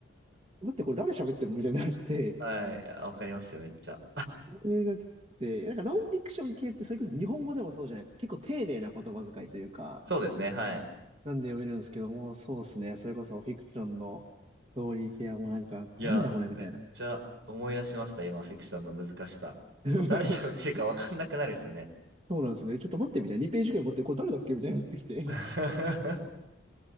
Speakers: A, on the right; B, on the right.
A: 待って、これ誰喋ってんのみたいになって、
B: はい、あわかりますよ、めっちゃ。
A: これがきつくて、なんかノンフィクション系ってそれこそ日本語でもそうじゃないですか。結構丁寧な言葉遣いというか、
B: そうですね、はい。
A: なんで読めるんですけども、そうですね。それこそフィクションのストーリー系はもうなんか、
B: いや、
A: なんだこれみたいな。
B: めっちゃ思い出しました、今、フィクションの難しさ。
A: <laughs>
B: そう、誰喋ってるか分かんなくなるですよね。
A: そうなんですね。ちょっと待ってみたいな。2ページくらい持って、これ誰だっけみたいになってきて。
B: <laughs>